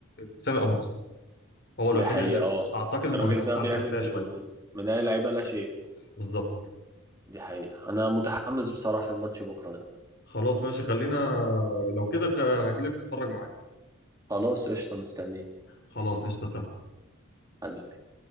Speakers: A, on the left; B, on the right.
A: تشافي الونسو هو الوحيد
B: دي حقيقة
A: اللي
B: اه
A: اعتقد انه
B: الراجل
A: هيبص
B: ده
A: على
B: بيعمل
A: الكاستية شويه
B: من اي لعيبة لا شيء
A: بالظبط
B: دي حقيقة أنا متحمس بصراحة الماتش بكرة ده
A: خلاص ماشي خلينا لو كده خ- هجيلك نتفرج معاك
B: خلاص قشطة مستنيه
A: خلاص قشطه اتفقنا.
B: حبيبي